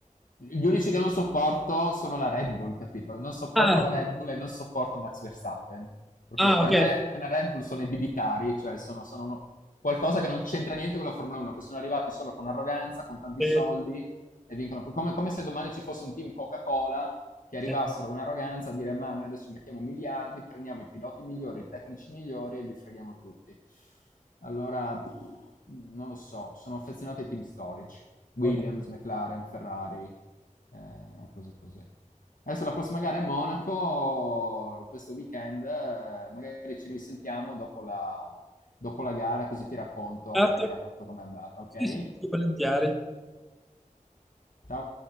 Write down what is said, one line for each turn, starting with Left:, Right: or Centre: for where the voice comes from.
Left: gli unici che non sopporto sono la Red Bull, capito? Non sopporto
Centre: Ah,
Left: la Red Bull e non sopporto Max Verstappen. Proprio
Centre: ah,
Left: per
Centre: ok.
Left: me la Red Bull sono i bibitari, cioè sono, sono uno, qualcosa che non c'entra niente con la Formula 1, che sono arrivati solo con arroganza, con tanti
Centre: Eh,
Left: soldi e vincono. Come, come se domani ci fosse un team Coca-Cola che arrivassero
Centre: eh,
Left: con arroganza a dire ma noi adesso mettiamo miliardi, prendiamo i piloti migliori, i tecnici migliori e vi freghiamo tutti. Allora, pff, non lo so, sono affezionato ai team storici. Williams,
Centre: no.
Left: McLaren, Ferrari, eh, cose così. Adesso la prossima gara è Monaco, questo weekend, eh, magari ci risentiamo dopo la, dopo la gara, così ti racconto,
Centre: Certo.
Left: ti racconto com'è andata, ok?
Centre: Sì, sì, sì, volentieri.
Left: Ciao!